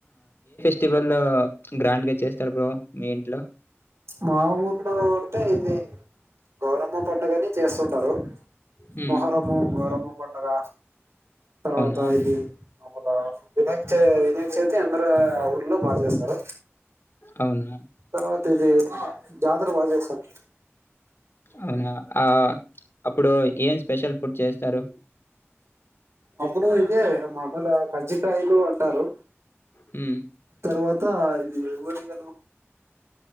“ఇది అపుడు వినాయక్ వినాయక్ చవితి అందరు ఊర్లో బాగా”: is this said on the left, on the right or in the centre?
Right